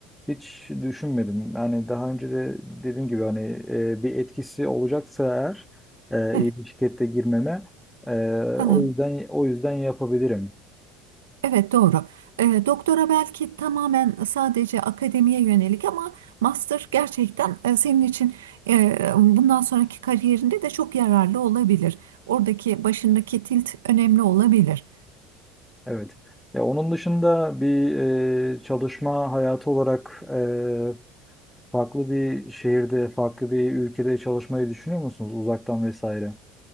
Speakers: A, in the centre; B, on the right (about 85°).
A: hiç düşünmedim. Yani daha önce de dediğim gibi hani e, bir etkisi olacaksa eğer
B: Evet,
A: e, iyi bir şirkette girmeme. E,
B: ha,
A: o yüzden o yüzden yapabilirim.
B: evet doğru. Ee, doktora belki tamamen sadece akademiye yönelik ama master gerçekten e, senin için e, bundan sonraki kariyerinde de çok yararlı olabilir. Oradaki başındaki tilt önemli olabilir.
A: Evet. Ya onun dışında bir e, çalışma hayatı olarak e, farklı bir şehirde, farklı bir ülkede çalışmayı düşünüyor musunuz uzaktan vesaire?